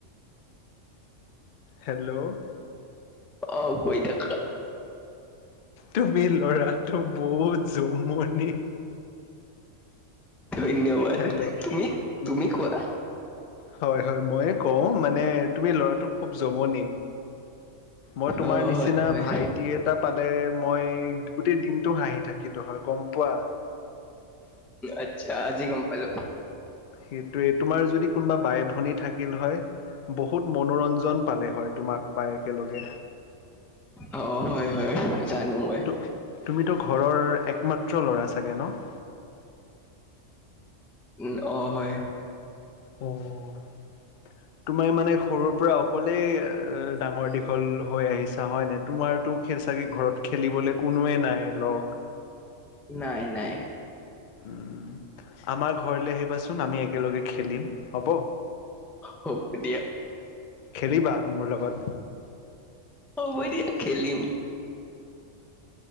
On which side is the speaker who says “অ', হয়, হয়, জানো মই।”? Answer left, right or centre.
Centre